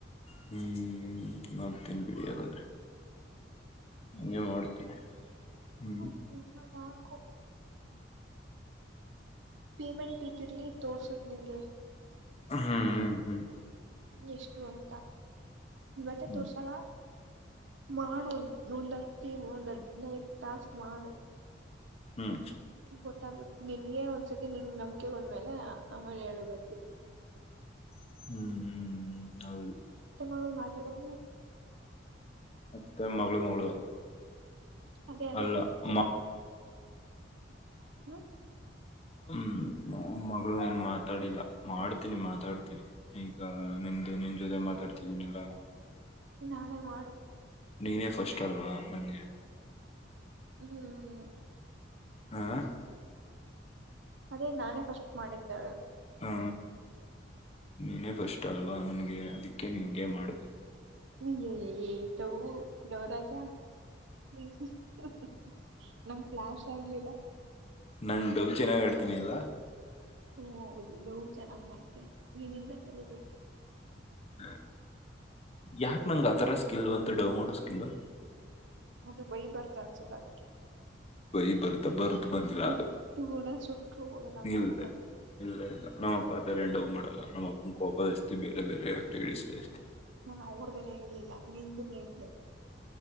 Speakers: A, on the left; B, on the right.
A: ಹ್ಮ್ ಹ್ಮ್ ನೋಡ್ತೀನ್ ಬಿಡಿ ಹಾಗಾದ್ರೆ. ಹಂಗೆ ಮಾಡ್ತೀನಿ. ಹ್ಮ್
B: <unintelligible> ಹ್ಮ್ ನಾಕು. ಪೀಮಂಟ್ ಇದರಲ್ಲಿ ತೋರಿಸುತ್ ನಿಂಗೆ.
A: ಹ್ಮ್ ಹ್ಮ್ ಹ್ಮ್
B: ಎಷ್ಟು ಅಂತ ಇವತ್ತೆ
A: ಹ್ಮ್
B: ತೋರ್ಸಲ್ಲ. ಮಾಡು ಒಂದ್ ಹತ್ತು ಒಂದ್ ಹದ್ನೈದು ಟಾಸ್ಕ್ ಮಾಡು.
A: ಹ್ಮ್
B: ಗೊತ್ತಾಗುತ್ತೆ ನಿನಗೆ ಒಂದ್ಸತಿ ನಿ ನಂಬಿಕೆ ಬಂದಮೇಲೆ ಆಮೇಲೆ ಹೇಳಬೇಕಿತ್ತು
A: ಹ್ಮ್ ಹ್ಮ್ ಹೌದು.
B: <unintelligible> ಮಾತಾಡಪ್
A: ಅತ್ತೆ ಮಗಳ್ ಮಗಳು.
B: ಅದೇ ಅದೇ
A: ಅಲ್ಲ
B: ಅದೇ. ಹ್ಮ
A: ಹ್ಮ್ ಮಾವನ ಮಗಳು ಏನು ಮಾತಾಡಿಲ್ಲ ಮಾಡ್ತೀನಿ ಮಾತಾಡ್ತೀನಿ ಈಗ ನಿಂದು ನಿನ್ ಜೊತೆ ಮಾತಾಡಿ. ಎನಿಲ್ಲ.
B: ನಾಳೆ ಮಾಡು
A: ನೀನೇ ಫಸ್ಟ್ ಅಲ್ವಾ ನನಗೆ
B: ಹ್ಮ್
A: ಆ <unintelligible>
B: ಅದೇ ನಾನೇ ಫಸ್ಟ್ ಮಾಡಿದ್ದಾಳ
A: ಹಾ ನೀನೇ ಫಸ್ಟ್ ಅಲ್ವಾ ನನಗೆ ಅದಕ್ಕೆ ನಿಗೆ ಮಾಡ
B: ಹಏ <unintelligible> ಡವ್ ಗವರಾಜ <unintelligible> ನಂಗ ಫ್ಲಾಶ್ ಆಗ್ಲಿಲ್ಲ
A: ನಾ ಡವ್ ಚೆನ್ನಾಗ್ ಆಡ್ತೀನಿ ಎಲ್ಲ
B: ಹ ಹೌದು ಡವ್ ಚೆನ್ನಾಗ್ ಮಾಡ್ತಿಯಾ ನೀನಿಂದ ಕಲಿಬೇಕು
A: ಹ ಯಾಕ ನಂಗ ಆಥರ ಸ್ಕಿಲ್ ಡವ ಮಾಡೋ ಸ್ಕಿಲ್
B: ಮುದು ಬೈ ಬರ್ತ ಅನಿಸುದು ಅದಕ್ಕೆ
A: ಬೈ ಬರುತ
B: ಹುಟ್
A: ಬರುತ್ ಮಂಜಿರಾಳ
B: ಹುಟ್ಟು ಗುಣ ಸುಟ್ರು ಹೋಗಲ್ಲ
A: ನೀಲ್
B: ಅಂತಾರಲ್ಲ ಅದು
A: ಇಲ್ಲರಿಲ್ಲ ನಮ್ಮ ಅಪ್ಪಾ ತರ ಎಂಡ <unintelligible> ಹೋಗ ಮಾಡ ಕೋಪಸ್ತಿ ಬೇರೆ ಬೇರೆ <unintelligible> ಬಿಷ್ಟತಿ
B: ನಾನು ಅವಡ್ದರೆ ಇೇಲಿಲ್ಲ ನಿಂದು ನಿಂದೆ